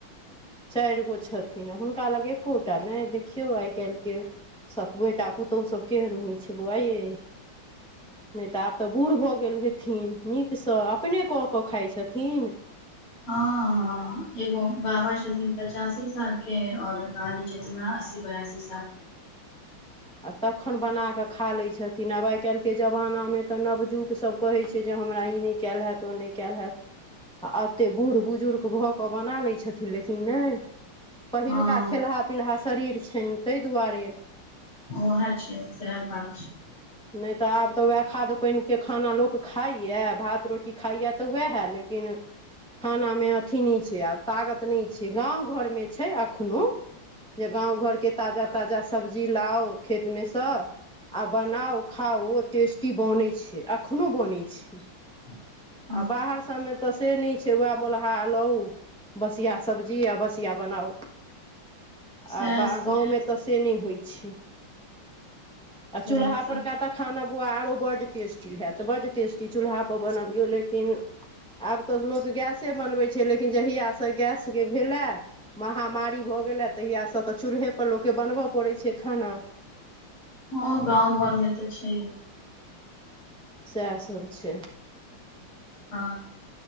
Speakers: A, in the centre; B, on the left.
A: चाइर गो छथिन आ हुनका लग एकोटा नै देखियौ आइ काइलके सब बेटा पुतौह सब केहन होइ छैय बौआ यै। नै त आब त बूढ़ भ गेल हेथिन नीक स अपने कऽ कऽ खाइ छथिन।
B: हँ- हँ एगो बाबा छथिन पचासी सालके और बाबी छथिन न अस्सी बेरासी सालके।
A: आ तखन बना कऽ खा लै छथिन आब आइ काइलके जमानामे त नवजुग सभ कहै छैय जे हमरा इ नै कैल हैत ओ नहि कैल हैत। आ अते बुढ़ बुजुर्ग भ कऽ बना लै छथिन लेकिन नै। पहिलका
B: हँ
A: खेलहा पीलहा शरीर छैन तय दुआरे।
B: ओहे छैय सेह बात छैय।
A: नै त आब त वएह खाद पाइनके खाना लोक खाइये भात रोटी खाइये त वएहे लेकिन <unintelligible> खानामे अथी नै छैय आब तागत नै छैय। गाँव घरमे छैय अखनो जे गाँव घरके ताजा- ताजा सब्जी लाउ खेतमे स आ बनाउ खाउ ओ टेस्टी बनै छैय अखनो बनै छैय।
B: <inaudible>
A: आ बाहर सबमे त से नै छैय वएह मौलहा लौउ बसिया सब्जी आ बसिया बनाउ
B: सएह
A: आ बा
B: सब
A: गाँवमे त से नै होइ छैय
B: सएह
A: आ चू्ल्हा
B: सब
A: पर का त खाना पबुआ आरो बड्ड टेस्टी हैत बड्ड टेस्टी चूल्हापर बनबियौ लेकिन आब त लोक गैसे बनबै छैय लेकिन जहिया स गैसके भेल ए महामारी भऽ गेल ए तहिया सॅं तऽ चूल्हे पर लोकके बनबऽ पड़ै छै खाना।
B: हँ गाँव घर मे त छै।
A: सेएह सब छै।
B: हँ